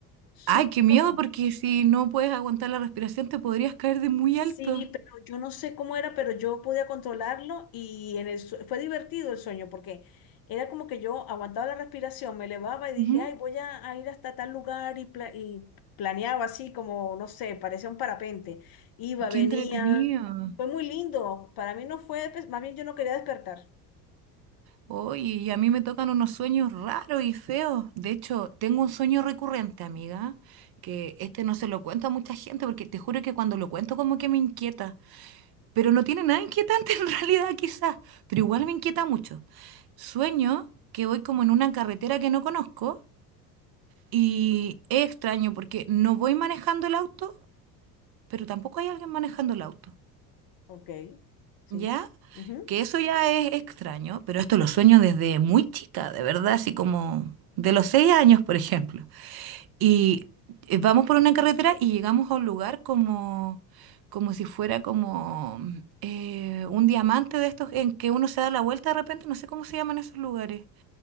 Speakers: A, on the left; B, on the right.
A: Súper
B: ay, qué miedo,
A: loco.
B: porque si no puedes aguantar la respiración te podrías caer de muy
A: Sí,
B: alto.
A: pero yo no sé cómo era, pero yo podía controlarlo y en el sue- fue divertido el sueño porque era como que yo aguantaba la respiración, me elevaba y dije,
B: Ujú.
A: ay, voy a, a ir hasta tal lugar y, pla- y planeaba así como, no sé, parecía un parapente. Iba,
B: Qué
A: venía,
B: entretenido.
A: fue muy lindo. Para mí no fue, pues, más bien yo no quería despertar.
B: Oye, y a mí me tocan unos sueños raros y feos. De hecho, tengo un sueño recurrente, amiga, que este no se lo cuento a mucha gente, porque te juro que cuando lo cuento como que me inquieta. pero no tiene nada inquietante <laughs> en realidad quizás, pero igual me inquieta mucho. Sueño que voy como en una carretera que no conozco y es extraño porque no voy manejando el auto, pero tampoco hay alguien manejando el auto,
A: Ok, sí.
B: ¿ya?
A: ujú,
B: Que eso ya es extraño, pero esto lo sueño desde muy chica, de verdad, así como de los seis años, por ejemplo. Y eh, vamos por una carretera y llegamos a un lugar como, como si fuera como eh, un diamante de estos en que uno se da la vuelta de repente, no sé cómo se llaman esos lugares,